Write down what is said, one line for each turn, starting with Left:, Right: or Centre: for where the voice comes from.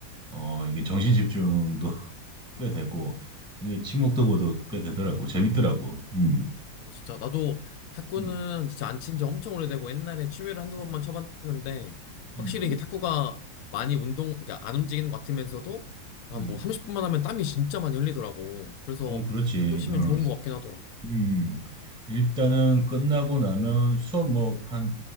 Centre: 어, 이게 정신 집중도 <laughs> 꽤 되고, 이게 친목도 보도 꽤 되더라고. 재밌더라고. 음,
Left: 어, 진짜. 나도 탁구는
Centre: 음,
Left: 진짜 안 친지 엄청 오래되고 옛날에 취미로 한두 번만
Centre: 음,
Left: 쳐봤는데
Centre: 음,
Left: 확실히 이게 탁구가 많이 운동, 그러니까 안 움직이는 것 같으면서도 한
Centre: 음.
Left: 뭐 30분만 하면 땀이 진짜 많이 흘리더라고. 그래서
Centre: 어, 그렇지.
Left: 탁구 치면
Centre: 어, 음.
Left: 좋은 것 같긴 하더라.
Centre: 음. 일단은 끝나고 나면 수업 뭐 한